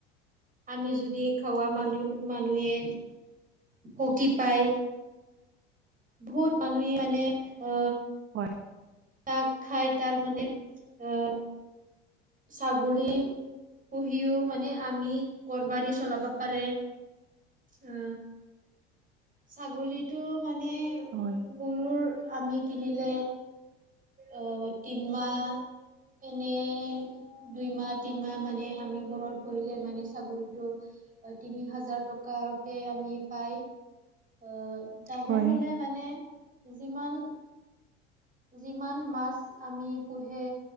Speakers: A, on the right; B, on the right.
A: আমি যদি খোৱা মানুহ মানুহে শক্তি পায় বহুত মানুহে মানে অ
B: হয়
A: তাক খাই তাৰ মানে অ ছাগলী পুহিও মানে আমি ঘৰবাৰী চলাব পাৰে অ ছাগলীটো মানে
B: হয়
A: কৰুৰ আমি কিনিলে অ তিনমাহ এনে দুই মাহ তিনমাহ মানে আমি ঘৰত পুহিলে মানে ছাগলিটো তিনি হাজাৰ টকাতে আমি পাই আহ ডাঙৰ
B: হয়
A: হলে মানে যিমান যিমান মাছ আমি পোহে